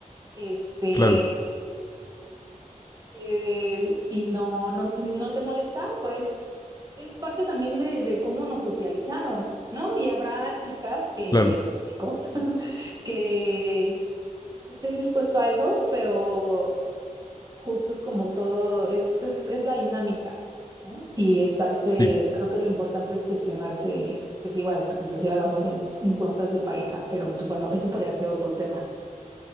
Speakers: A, on the right (about 25°); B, on the left (about 30°).
A: este,
B: claro,
A: eh, y no, no, no te molesta, pues es parte también de, de cómo nos socializaron, ¿no? Y habrá chicas que,
B: claro,
A: chicos, <laughs> que estén dispuestos a eso, pero justo es como todo, es, es, es la dinámica, ¿no? Y estarse,
B: sí.
A: creo que lo importante es cuestionarse, pues igual, por ejemplo, si hablamos en, en cosas de pareja, pero pues bueno, eso podría ser otro tema